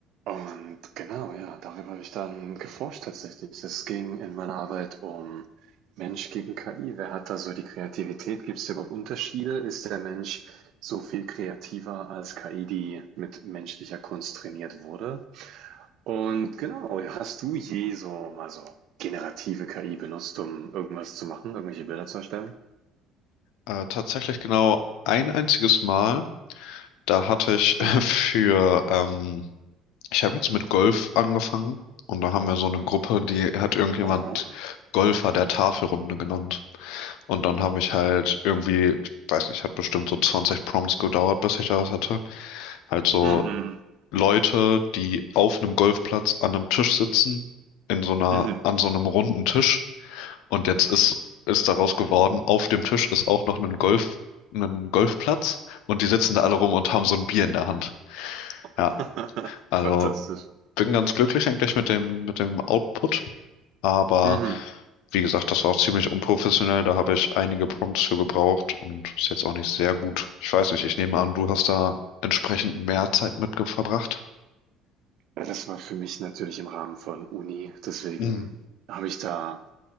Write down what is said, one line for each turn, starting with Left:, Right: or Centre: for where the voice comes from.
Right: Und genau, ja, darüber habe ich dann geforscht tatsächlich. Es ging in meiner Arbeit um Mensch gegen KI. Wer hat da so die Kreativität? Gibt es da überhaupt Unterschiede? Ist der Mensch so viel kreativer als KI, die mit menschlicher Kunst trainiert wurde? Und genau, hast du je so mal so generative KI benutzt, um irgendwas zu machen, irgendwelche Bilder zu erstellen?
Left: Äh, tatsächlich genau ein einziges Mal. Da hatte ich
Right: Hm.
Left: <laughs> für, ähm, ich habe jetzt mit Golf angefangen und da haben wir so eine Gruppe, die hat irgendjemand
Right: Oh.
Left: Golfer der Tafelrunde genannt. Und dann habe ich halt irgendwie, ich weiß nicht, hat bestimmt so 20 Prompts gedauert, bis ich da was hatte. Halt so
Right: Mhm.
Left: Leute, die auf einem Golfplatz an einem Tisch sitzen, in so einer,
Right: Mhm.
Left: an so einem runden Tisch. Und jetzt ist, ist daraus geworden, auf dem Tisch ist auch noch ein Golf, ein Golfplatz und die sitzen da alle rum und haben so ein Bier in der Hand.
Right: <laughs>
Left: Ja, also
Right: Fantastisch.
Left: bin ganz glücklich eigentlich mit dem, mit dem Output, aber
Right: Mhm.
Left: wie gesagt, das war auch ziemlich unprofessionell, da habe ich einige Prompts für gebraucht und ist jetzt auch nicht sehr gut. Ich weiß nicht, ich nehme an, du hast da entsprechend mehr Zeit mit ge- verbracht.
Right: Ja, Das war für mich natürlich im Rahmen von Uni, deswegen
Left: Hm.
Right: habe ich da